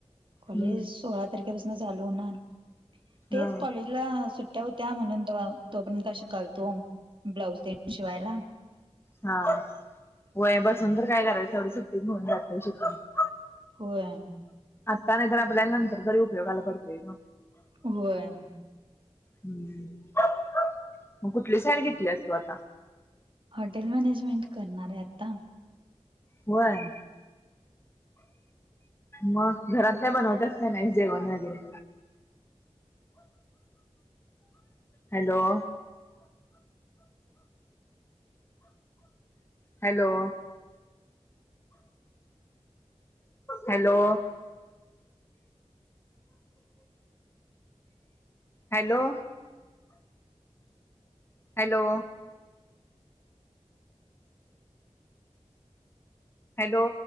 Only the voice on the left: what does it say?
हम्म.
हा
हा होय बसून तर काय करायचं तेवढं सुट्टीत होऊन जातय शिकायचं.
आत्ता नाही तर आपल्याला नंतर तरी उपयोगाला पडतोय ग
हम्म मग कुठली साईड घेतलीस तु आता?
होय मग घरात का बनवतेस काय नाही जेवण वगैरे? Hello! Hello! Hello! Hello! Hello! Hello!